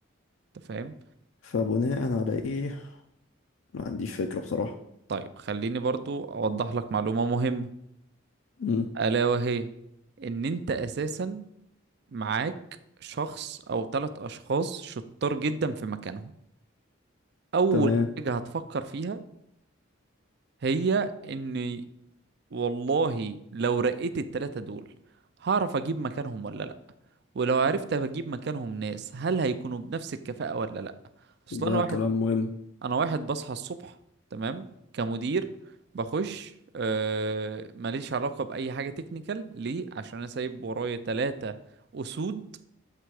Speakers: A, on the right (about 50°); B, on the left (about 75°).
A: انت فاهم
B: فبناء على إيه ما عنديش فكرة بصراحة
A: طيب خليني برضو اوضح لك معلومه مهمه
B: مم.
A: الا وهي ان انت اساسا معاك شخص او ثلاث اشخاص شطار جدا في مكانهم اول
B: تمام
A: حاجه هتفكر فيها هي ان والله لو رقيت التلاتة دول هعرف اجيب مكانهم ولا لا ولو عرفت اجيب مكانهم ناس هل هيكونوا بنفس الكفاءة ولا لا اصل
B: ده
A: انا واحد
B: كلام مهم
A: انا واحد بصحى الصبح تمام كمدير بخش آه ماليش علاقة بأي حاجة تكنيكال ليه عشان انا سايب ورايا تلاتة اسود